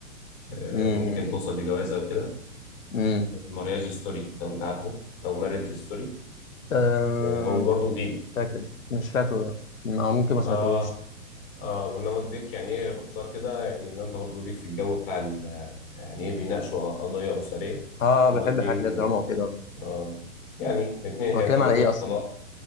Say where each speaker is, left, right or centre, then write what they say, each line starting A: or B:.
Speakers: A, on the left; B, on the left.
A: آه،
B: مم.
A: ممكن توصل لجوازة وكده
B: مم.
A: مارياج ستوري لو انت عارفه او ماريج ستوري
B: آه.
A: هو برضه جديد
B: فاكر مش فاكره او ممكن ما سمعتهوش
A: اه اه ما انا وديك يعني ايه باختصار كده يعني لو انت برضه ليك في الجو بتاع ال- يعني ايه بيناقشوا قضية أسرية
B: اه
A: هما
B: بحب
A: اتنين
B: حاجات اللي هي دراما
A: اه
B: وكده
A: آه، يعني اتنين هي
B: هو الكلام
A: تجربة
B: على ايه اصلا
A: طلاق
B: يعني؟